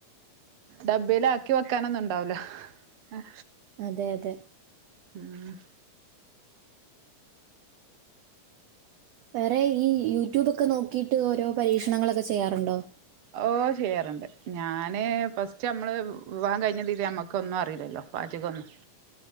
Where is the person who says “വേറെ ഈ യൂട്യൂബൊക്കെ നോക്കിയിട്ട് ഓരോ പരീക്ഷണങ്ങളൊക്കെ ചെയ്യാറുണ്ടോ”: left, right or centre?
Right